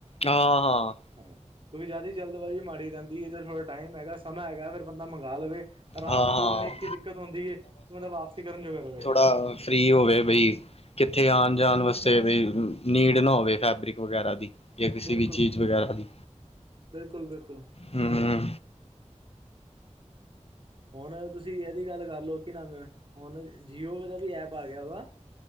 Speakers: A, on the left (about 55°); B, on the right (about 45°).
A: ਆਂ, ਹਾਂ।
B: ਹਾਂ, ਕਿਓਕਿ ਜਿਆਦਾ ਜਲਦਬਾਜ਼ੀ ਮਾੜੀ ਰਹਿੰਦੀ ਏ, ਜਦੋ ਥੋੜਾ ਟਾਈਮ ਹੈਗਾ, ਸਮਾਂ ਹੈਗਾ ਫੇਰ ਬੰਦਾ ਮੰਗਾ ਲਵੇ। ਆਰਾਮ
A: ਹਾਂ
B: ਨਾਲ ਕੋਈ ਉਨੀ-ਇੱਕੀ
A: ਹਾਂ
B: ਦਿੱਕਤ ਹੁੰਦੀ ਏ, ਕਿ ਬੰਦਾ ਵਾਪਸੀ ਕਰਨ ਜੋਗਾ ਰਵੇ।
A: ਆ, ਫ੍ਰੀ ਹੋਵੇ ਬਈ। ਕਿੱਥੇ ਆਉਣ-ਜਾਣ ਵਾਸਤੇ ਵੀ, ਨੀਡ ਨਾ ਹੋਵੇ ਫੈਬਰਿਕ ਵਗੈਰਾ ਦੀ ਜੇ ਕਿਸੀ
B: ਬਿਲਕੁਲ
A: ਵੀ ਚੀਜ਼ ਵਗੈਰਾ ਦੀ,
B: ਬਿਲਕੁਲ ਬਿਲਕੁਲ
A: ਹੂੰ
B: ਹਣ ਤੁਸੀ ਐਦੀ ਗੱਲ ਕਰਲੋ ਕਿ ਨਾਮ ਏ, ਹੁਨ ਜੀਓ ਦਾ ਵੀ ਐਪ ਆ ਗਿਆ ਵਾ।